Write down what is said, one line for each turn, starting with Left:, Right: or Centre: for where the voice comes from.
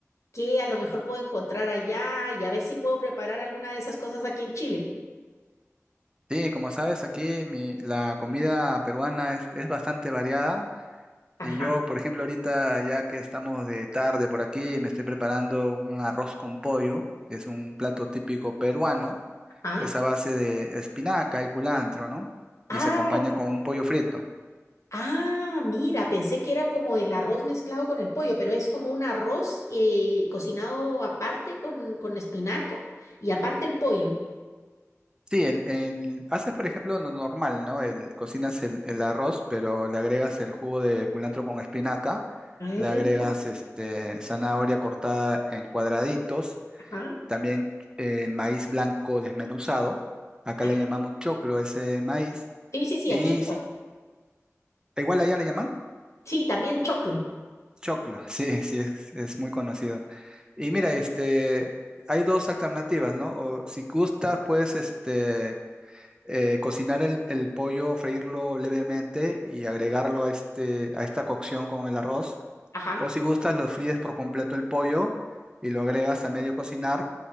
Left: qué a lo mejor puedo encontrar allá y a ver si puedo preparar alguna de esas cosas aquí en Chile.
Right: Sí, como sabes, aquí mi, la comida peruana es, es bastante variada.
Left: Ajá,
Right: Y yo, por ejemplo, ahorita ya que estamos de tarde por aquí, me estoy preparando un arroz con pollo, que es un plato típico peruano.
Left: ajá.
Right: Es a base de espinaca y culantro, ¿no? Y
Left: Ah,
Right: se acompaña con un pollo frito.
Left: Ah, mira, pensé que era como el arroz mezclado con el pollo, pero es como un arroz eh, cocinado aparte con, con espinaca y aparte el pollo.
Right: Sí, el, el- haces por ejemplo lo normal, ¿no? El, cocinas el, el arroz, pero le agregas el jugo de culantro con espinaca,
Left: Ah,
Right: le agregas este, zanahoria cortada en cuadraditos,
Left: ajá.
Right: también eh, el maíz blanco desmenuzado, acá
Left: Ah,
Right: le llamamos choclo ese maíz,
Left: Sí, sí, sí,
Right: y
Left: aquí.
Right: sí, igual allá le llaman
Left: Sí, también choclo.
Right: choclo, <laughs> sí, sí, es, es muy conocido. Y mira, este, hay dos alternativas, ¿no? O si gustas, puedes este eh, cocinar el, el pollo, freírlo levemente y agregarlo a, este, a esta cocción con el arroz.
Left: Ajá,
Right: O si gustas, lo fríes por completo el pollo y lo agregas a medio cocinar